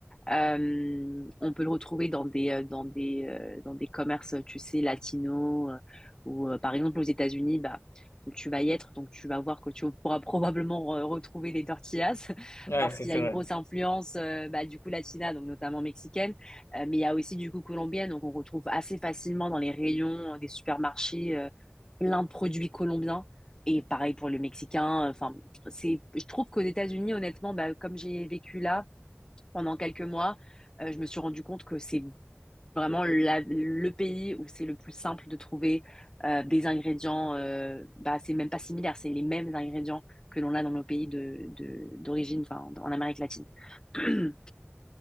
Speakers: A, on the left; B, on the left.
A: Euh, on peut le retrouver dans des, euh, dans des, euh, dans des commerces, tu sais, latinos, euh, ou euh, par exemple aux États-Unis, bah, tu vas y être, donc tu vas voir que tu <laughs> pourras probablement euh, retrouver les tortillas, <laughs>
B: Ouais,
A: parce
B: ça, c'est
A: qu'il y a une
B: vrai.
A: grosse influence, euh, bah, du coup, latina, donc notamment mexicaine, Euh, mais il y a aussi du coup colombienne, donc on retrouve assez facilement dans les rayons euh, des supermarchés euh, plein de produits colombiens. Et pareil pour le mexicain. euh, Enfin, c'est, je trouve qu'aux États-Unis, honnêtement, bah, comme j'ai vécu là, pendant quelques mois, euh, je me suis rendu compte que c'est vraiment la- le pays où c'est le plus simple de trouver euh, des ingrédients, euh, bah, c'est même pas similaire, c'est les mêmes ingrédients que l'on a dans nos pays de, de- d'origine, enfin, en Amérique latine. <clears throat>